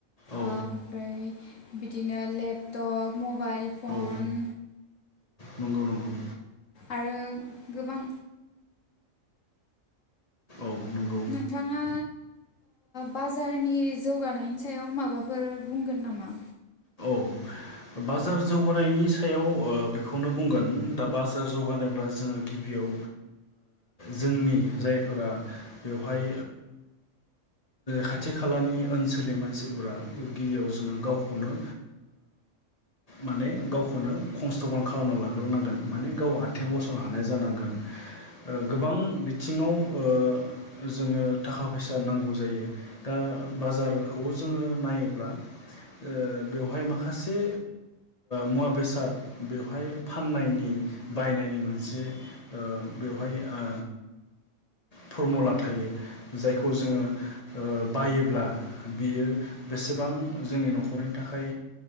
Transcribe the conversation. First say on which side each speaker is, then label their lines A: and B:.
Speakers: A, on the left; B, on the left.
A: औ
B: ओमफाय बिदिनो लेपटप मबाइल फन
A: औ नंगौ नंगौ
B: आरो गोबां
A: औ नंगौ
B: नोंथाङा बाजारनि जौगानायनि सायाव माबाफोर बुंगोन नामा?
A: औ बाजार जौगानायनि सायाव बेखौनो बुंगोन दा बाजार जौगानोब्ला जोङो गिबियाव जोंनि जायफोरा बेवहाय खाथि खालानि ओनसोलनि मानसिफोरा गिबियाव जोङो गावखौनो माने गावखौनो खंस्थपन खालामना लाग्रोनांगोन माने गाव आथिं गसंनो हानाय जानांगोन। गोबां बिथिङाव ओ जोङो थाखा फैसा नांगौ जायो दा बाजारखौ जोङो नायोब्ला ओ बेवहाय माखासे मुवा बेसाद बेवहाय फाननायनि बायनायनि मोनसे ओ बेवहाय ओ फरमुला थायो। जायखौ जोङो बायो ब्ला बियो बेसेबां जोंनि नखरनि थाखाय